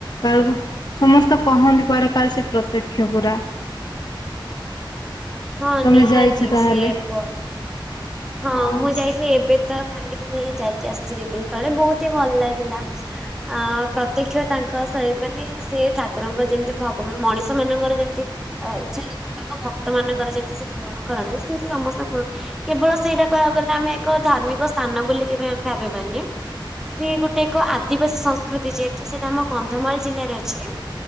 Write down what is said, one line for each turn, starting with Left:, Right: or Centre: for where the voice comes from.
Left: କାଳରୁ ସମସ୍ତେ କହନ୍ତି କୁଆଡ଼େ କାଳେ ସେ ପ୍ରତ୍ୟକ୍ଷ ପୁରା।
Centre: ହଁ
Left: ତମେ
Centre: ନିହାତି
Left: ଯାଇଛ ତାହେଲେ
Centre: ସିଏ ପ ହଁ
Left: ଆଚ୍ଛା
Centre: ମୁଁ ଯାଇଥିଲି ଏବେ ତ ସାଙ୍ଗେ ସାଙ୍ଗେ ହିଁ ଯାଇକି ଆସିଚି ଦି ଦିନ ତଳେ ବହୁତ ଏତେ ଭଲ ଲାଗିଲା ଆଁ ପ୍ରତ୍ୟକ୍ଷ ତା ଙ୍କସେ ମାନେ ସେ ଠାକୁରଙ୍କ ଯେମିତି ଭଗବାନ ମଣିଷ ମାନଙ୍କର ଯେମିତି ଆ ଇଚ୍ଛା ଯେମତି ତାଙ୍କ ଭକ୍ତ ମାନଙ୍କର ଯେମିତି ସେ ପୂରଣ କରନ୍ତି ସେମିତି ସମସ୍ତେ ପୂରଣ କେବଳ ସେଇଟା କହିବାକୁ ଗଲେ ଆମେ ଏକ ଧାର୍ମିକ ସ୍ଥାନ ବୋଲି କେବେ ଆମେ ଭାବିବାନି। ସେ ଗୋଟେ ଏକ ଆଦିବାସୀ ସଂସ୍କୃତି ଯେହେତୁ ସେଟା ଆମ କନ୍ଧମାଳ ଜିଲ୍ଲାରେ ଅଛି।